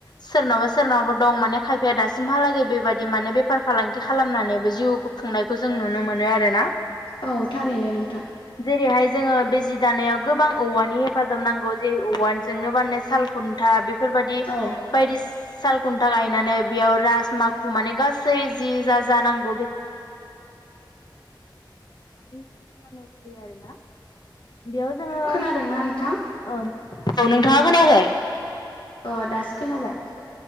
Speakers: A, on the left (about 60°); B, on the left (about 90°).
A: सोरनावबा सोरनावबा दं माने खायफाया दासिमहालागै बेबादि माने बेफार फालांगि खालामनानैबो जिउखौ खुंनायखो जों नुनो मोनो आर रोना
B: औ थारैनो नोंथां
A: जेरैहाय जोङो बे जि दानायाव गोबां औवानि हेफाजाब नांगौ जेरै औवाजोंनो बाननाय साल खुन्था बे फोरबायदि
B: औ
A: बायदि ससाल खुन्था गायनानै बेयाव राज माखु माने गासै <inaudible> लाबोनानै हिसान खालामनाय जायो आरोना बियाव जोङो
B: खोनादोंना नोंथां
A: ओं औ नोंथाङा खोनायाखै?
B: ओ दासो खोनाबाय।